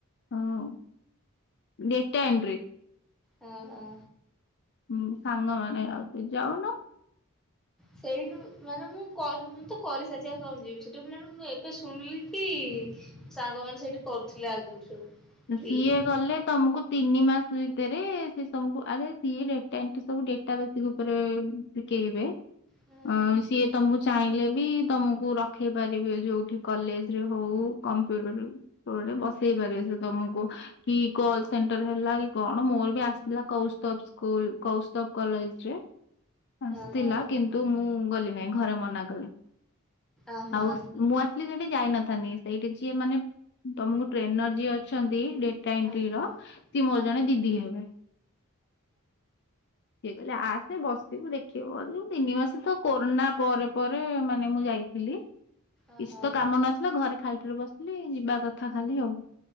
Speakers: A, on the left; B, in the centre.
A: ହଁ <unintelligible>
B: ହଁ ହଁ।
A: ହୁଁ ସାଙ୍ଗମାନେ ଯାଉଛନ୍ତି ଯାଉନୁ।
B: ସେଇଠି ମାନେ ମୁଁ କହି ମୁଁ ତ କରିସାରିଛି ଆଉ କଣ ଯିବି ସେଠି ମାନେ ମୁଁ ଏବେ ଶୁଣିଲି କି ସାଙ୍ଗମାନେ ସେଇଠି କରୁଥିଲେ ଆଗରୁ ସବୁ। ଫ୍ରିରେ।
A: ସିଏ ଗଲେ ତମକୁ ତିନି ମାସ ଭିତରେ ସେ ତମକୁ ଆରେ ସିଏ ଡେଟାଏନ୍ଟ୍ରି ସବୁ ଡେଟାବେସିକ ଉପରେ ଶିଖେଇବେ
B: ହଁ
A: ଅଁ ସିଏ ତମକୁ ଚାହିଁଲେ ବି ତମକୁ ରଖେଇ ପାରିବେ ଯୋଉଠି କଲେଜ ରେ ହଉ କମ୍ପ୍ୟୁଟରରେ କୋଉଠି ବସେଇ ପାରିବେ ସେ ତମକୁ କି କଲ ସେଣ୍ଟର ହେଲା କି କଣ ମୋର
B: ହୁଁ
A: ବି ଆସିଥିଲା କୌସ୍ତୁଭ ସ୍କୁଲ କୌସ୍ତୁଭ କଲେଜ ରେ? ଆସିଥିଲା
B: ଓହୋ
A: କିନ୍ତୁ ମୁଁ ଗଲି ନାଇଁ ଘରେ ମନା କଲେ।
B: ଓହୋ
A: ଆଉ ଗୋଟ ମୁଁ ଆ ସେଠି ଯାଇ ନଥାନ୍ତି ସେଇଠି ଯିଏ ମାନେ ତମକୁ ଟ୍ରେନର ଯିଏ ଅ ଛନ୍ତି ଡେଟା ଏନ୍ଟ୍ରିର
B: ଓହୋ
A: ସେ ମୋର
B: ଓହୋ।
A: ଜଣେ ଦିଦି ହେବେ। ସେ କହିଲେ ଆସେ ବସିଥିବୁ ଦେଖିବୁ ବୋଲି ତିନି ମାସ ତ କୋରୋନା ପରେ ପରେ ମାନେ ମୁଁ ଯାଇ ଥିଲି କିଛି
B: ଓହୋ
A: ତ କାମ ନଥିଲା ଘରେ ଖାଲିଟାରେ ବସିଥିଲି ଯିବା କଥା ଖାଲି ଆଉ।